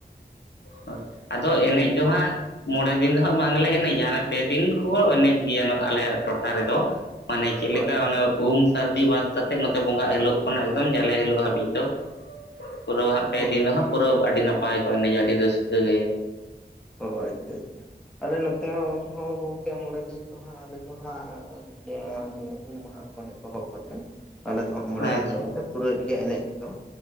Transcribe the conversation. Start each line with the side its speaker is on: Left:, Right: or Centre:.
Left: ᱦᱳᱭ ᱟᱫᱚ ᱮᱱᱮᱡ ᱫᱚ ᱦᱟᱸᱜ ᱢᱚᱬᱮ ᱫᱤᱱ ᱫᱚ ᱦᱟᱸᱜ ᱵᱟᱝᱞᱮ ᱮᱱᱮᱡᱟ ᱯᱮ ᱫᱤᱱ ᱠᱚ ᱮᱱᱮᱡ ᱜᱮᱭᱟ ᱟᱞᱮᱭᱟᱜ ᱴᱚᱴᱷᱟ ᱨᱮᱫᱚ ᱢᱟᱱᱮ ᱪᱮᱫ
Centre: ᱦᱳᱭ
Left: ᱞᱮᱠᱟ ᱚᱱᱟ ᱩᱢ ᱥᱟᱹᱨᱫᱤ ᱵᱟᱫ, ᱠᱟᱛᱮᱫ ᱱᱚᱛᱮ ᱵᱚᱸᱜᱟᱜ ᱦᱤᱞᱳᱜ ᱠᱷᱚᱱ ᱮᱠᱫᱚᱢ ᱡᱟᱞᱮ ᱦᱤᱞᱳᱜ ᱦᱟᱹᱵᱤᱡ ᱫᱚ ᱯᱩᱨᱟᱹ ᱦᱟᱸᱜ ᱯᱮ
Centre: ᱦᱳᱭ
Left: ᱫᱤᱱ ᱫᱚ ᱦᱟᱸᱜ ᱯᱩᱨᱟᱹᱽ ᱟᱹᱰᱤ ᱱᱟᱯᱟᱭ ᱠᱚ ᱮᱱᱮᱡᱟ ᱟᱹᱰᱤ ᱨᱟᱹᱥᱠᱟᱹᱜ ᱜᱮ,
Centre: ᱚ ᱟᱪᱪᱷᱟ ᱟᱪᱪᱷᱟ ᱟᱞᱮ ᱱᱚᱛᱮ ᱦᱚᱸ ᱜᱚᱝᱠᱮ ᱢᱚᱬᱮ ᱫᱤᱱ ᱫᱚ ᱦᱟᱸᱜ ᱟᱞᱮ ᱫᱚ ᱦᱟᱸᱜ <unintelligible> ᱩᱢ ᱢᱟᱦᱟ ᱠᱷᱚᱱ ᱮᱚᱦᱚᱵ ᱠᱟ ᱠᱟᱛᱮᱫ ᱟᱞᱮ ᱫᱚ ᱢᱚᱬᱮ
Left: ᱟᱪᱪᱷᱟ
Centre: ᱫᱤᱱ ᱫᱚ ᱦᱟᱜ ᱯᱮ ᱯᱩᱨᱟᱹᱭᱮᱫ ᱜᱮᱭᱟ ᱮᱱᱮᱡ ᱫᱚ